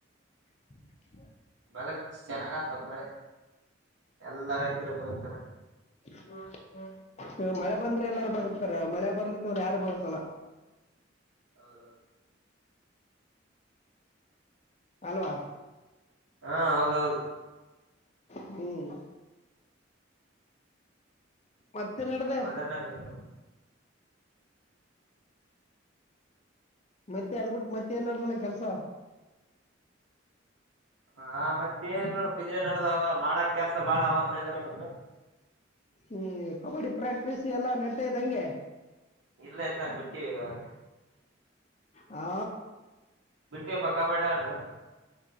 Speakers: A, on the left (about 35°); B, on the right (about 85°).
A: ಹ.
B: ಬದ್ರ ಚೆನ್ನಾಗತಪ್ ಮಳೆ ಎಲ್ಲಾ ರೈತರು ಬದುಕ್ತಾರ.
A: ಹ್ಮ್ ಹ್ಮ್. ಮಳೆ ಬಂದ್ರೆ ಎಲ್ಲಾರು ಬಗತಾರ ಮಳೆ ಬರ್ಲಿಕ್ಕ ಅಂದ್ರೆ ಯಾರು ಬರತ್ತಲ್ಲ
B: ಹೌದೌದು
A: ಅಲ್ವಾ
B: ಹಾ ಹೌದೌದು
A: ಹ್ಮ್ ಮತ್ತನ್ನ ಇಡದ
B: ಮಳೆ ಬಂದ್ರನ ಬದುಕದು
A: ಮತ್ತೆ ಅದ ಬಿಿಟ್ಟು ಮತ್ತೆ ಏನಡ್ದಲ್ಲ ಕೆಲ್ಸ
B: ಹ ಮತ್ತೆ ಏ ನೋಡ ಬಿದ್ರೆ ನಡದವ ಮಾಡಕ್ ಕೆಲ್ಸ ಬಾಳ ಅವ ಮಳೆ ಬರ್ದು
A: ಹ್ಮ್ ಕಬಡ್ಡಿ ಪ್ರಾಕ್ಟೀಸ್ ಎಲ್ಲ ನಡ್ತಾ ಇದ್ದಂಗೆ
B: ಇಲ್ಲ ಇಲ್ಲ ಬಿಟ್ಟಿವ ಇವಾಗ
A: ಹಾ
B: ಬಿಟ್ಟವಿಪ್ಪ ಕಬಾಡಿ ಆಡದ